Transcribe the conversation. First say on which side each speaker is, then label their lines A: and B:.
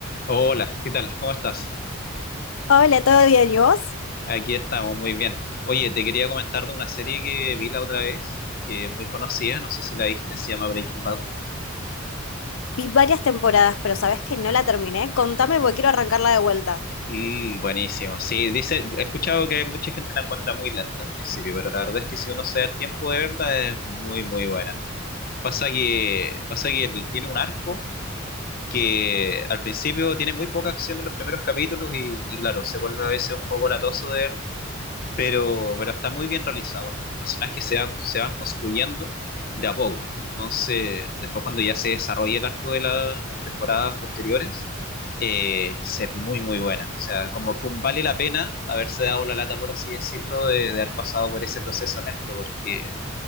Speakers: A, on the left; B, on the left.
A: Hola, ¿qué tal? ¿Cómo estás?
B: Hola, ¿todo bien? ¿Y vos?
A: Aquí estamos, muy bien. Oye, te quería comentar de una serie que vi la otra vez, que es muy conocida, no sé si la viste, se llama Breaking Bad.
B: Vi varias temporadas, pero sabés que no la terminé. Contame porque quiero arrancarla de vuelta.
A: Mm, buenísimo. Sí, dice, he escuchado que mucha gente la encuentra muy lenta al principio, pero la verdad es que si uno se da el tiempo de verla es muy, muy buena. Pasa que, pasa que él tiene un arco que al principio tiene muy poca acción en los primeros capítulos y, y claro, se vuelve a veces un poco latoso de ver, pero, pero está muy bien realizado porque los personajes se, va- se van construyendo de a poco. Entonces, después cuando ya se desarrolla el arco de las temporadas posteriores, eh, se es muy, muy buena. O sea, como que vale la pena haberse dado la lata, por así decirlo, de, de haber pasado por ese proceso lento, porque